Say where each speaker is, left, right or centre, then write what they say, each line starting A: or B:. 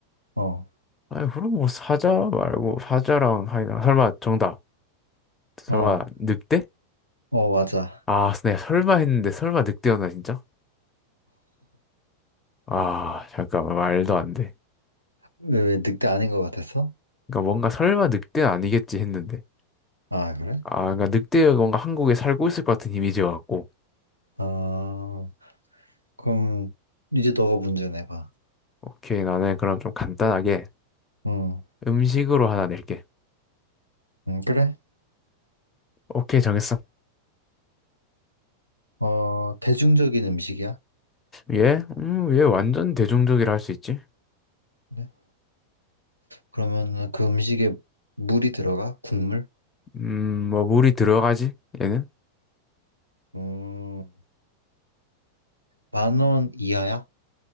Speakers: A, on the right; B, on the left.
A: 어,
B: 아니, 그럼 뭐 사자 말고 사자랑 하이나 설마 정답. 설마
A: 어,
B: 늑대?
A: 어, 맞아.
B: 아, 네, 설마 했는데 설마 늑대였나 진짜? 아, 잠깐만 말도 안 돼.
A: 왜, 왜 늑대 아닌 것 같았어?
B: 그러니까 뭔가 설마 늑대는 아니겠지 했는데.
A: 아, 그래?
B: 아, 그러니까 늑대가 뭔가 한국에 살고 있을 것 같은 이미지여 갖고.
A: 아. 그럼 이제 너가 문제 내봐.
B: 오케이, 나는 그럼 좀 간단하게
A: 응
B: 음식으로 하나 낼게.
A: 응, 그래?
B: 오케이, 정했어.
A: 어, 대중적인 음식이야?
B: 얘? 음, 얘 완전 대중적이라 할 수 있지?
A: 네. 그러면 그 음식에 물이 들어가? 국물?
B: 음, 뭐 물이 들어가지? 얘는?
A: 음, 만 원 이하야?